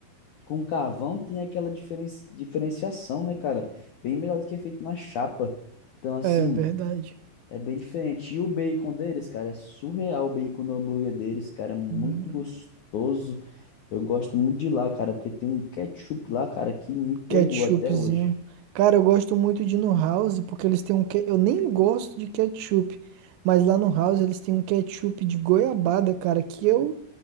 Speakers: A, on the left; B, on the right.
A: com carvão tem aquela diferen, diferenciação, né, cara? Bem melhor do que é feito na chapa. Então, assim.
B: É verdade.
A: É bem diferente. E o bacon deles, cara, é surreal o bacon no hambúrguer deles, cara, é muito
B: Hum,
A: gostoso. Eu gosto muito de lá, cara, porque tem um ketchup lá, cara, que me pegou
B: ketchupzinho.
A: até hoje.
B: Cara, eu gosto muito de ir no House, porque eles têm um. que- Eu nem gosto de ketchup, mas lá no House eles têm um ketchup de goiabada, cara, que eu